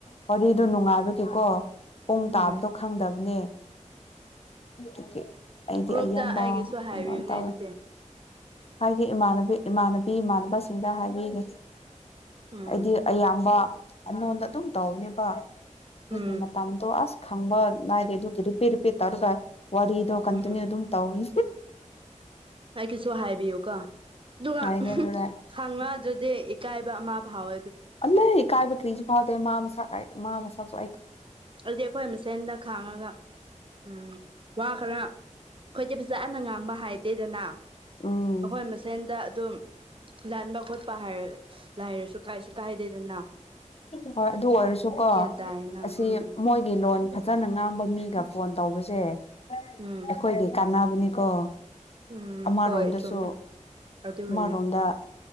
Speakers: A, on the left (about 55°); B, on the right (about 45°).
A: ꯋꯥꯔꯤꯗ ꯅꯨꯡꯉꯥꯏꯕꯒꯤꯦꯀꯣ ꯀꯣ ꯄꯨꯡ ꯇꯥꯕꯗꯣ
B: ꯎꯝ
A: ꯈꯪꯗꯕꯅꯦ ꯑꯗꯨ ꯑꯩꯗꯤ
B: ꯒ꯭ꯔꯨꯞꯇ
A: ꯑꯌꯥꯝꯕ
B: ꯑꯩꯒꯤꯁꯨ ꯍꯥꯏꯕꯤꯌꯨꯅꯦ
A: ꯑꯗꯨ ꯇꯧꯋꯦ
B: ꯑꯗꯨꯗꯤ
A: ꯍꯥꯏꯒꯦ ꯏꯃꯥꯟꯕꯤ ꯏꯃꯥꯟꯅꯕꯤ ꯏꯃꯥꯟꯅꯕꯁꯤꯡꯗ ꯍꯥꯏꯕꯤꯒꯦ
B: ꯎꯝ
A: ꯍꯥꯏꯗꯤ ꯑꯌꯥꯝꯕ ꯑꯅꯣꯟꯗ ꯑꯗꯨꯝ ꯇꯧꯅꯦꯕ ꯑꯗꯨꯒꯤ
B: ꯎꯝ
A: ꯃꯇꯝꯗꯣ ꯑꯁ ꯈꯪꯕ ꯅꯥꯏꯗꯦ ꯑꯗꯨꯒꯤ ꯨꯄꯤꯦ ꯨꯄꯤꯦꯠ ꯇꯧꯔꯒ ꯋꯥꯔꯤꯗꯣ ꯀꯟꯇꯤꯅ꯭ꯌꯨ
B: ꯎꯝ
A: ꯑꯗꯨꯝ ꯇꯧꯅꯤ
B: ꯑꯩꯒꯤꯁꯨ ꯍꯥꯏꯕꯤꯌꯨꯀꯣ ꯑꯗꯨꯒ
A: ꯍꯥꯏꯒꯦ ꯍꯣꯔꯦꯟ
B: ꯈꯪꯗ ꯦ ꯑꯦꯀꯑꯕ ꯃꯥ ꯥꯎ
A: ꯑꯜ ꯀꯥꯏꯕ ꯀ꯭ꯔꯤꯁꯨ ꯐꯥꯎꯗꯦ ꯃꯥ ꯃꯁꯥ ꯀ ꯃꯥ ꯃꯁꯥꯁꯨ
B: ꯑꯗꯨꯗꯤ ꯑꯩꯈꯣꯏ ꯑꯃꯁꯦꯟꯗ ꯈꯥꯡꯉꯒ ꯎꯝ ꯋꯥ ꯈꯔ ꯑꯩꯈꯣꯏꯗꯤ ꯐꯖꯅ ꯉꯥꯡꯕ ꯍꯥꯏꯗꯦꯗꯅ
A: ꯎꯝ
B: ꯑꯩꯈꯣꯏ ꯃꯁꯦꯟꯗ ꯑꯗꯨꯝ ꯂꯥꯟꯕ ꯈꯣꯄ ꯄꯥ ꯍꯥꯏꯔ ꯂꯥꯏꯔꯁꯨ ꯀꯥꯏꯁꯨ ꯀꯥꯏꯗꯦꯗꯅ
A: ꯍꯣꯏ ꯑꯗꯨ ꯑꯣꯏꯔꯁꯨꯀꯣ
B: ꯒ꯭ꯌꯥꯟ ꯇꯥꯏꯌꯦꯅ
A: ꯑꯁꯤ
B: ꯎꯝ
A: ꯃꯣꯏꯒꯤ ꯂꯣꯟ ꯐꯖ ꯐꯖꯅ ꯉꯥꯡꯕ ꯃꯤꯒ ꯐꯣꯟ ꯇꯧꯕꯁꯦ
B: ꯎꯝ
A: ꯑꯩꯈꯣꯏꯒꯤ ꯀꯥꯟꯅꯕꯅꯤꯀꯣ
B: ꯎꯝ
A: ꯑꯃꯔꯣꯝꯗꯁꯨ
B: ꯍꯣꯏ ꯆꯨꯝꯃꯦ ꯑꯗꯨꯒꯤꯅꯦ
A: ꯑꯃꯔꯣꯝꯗ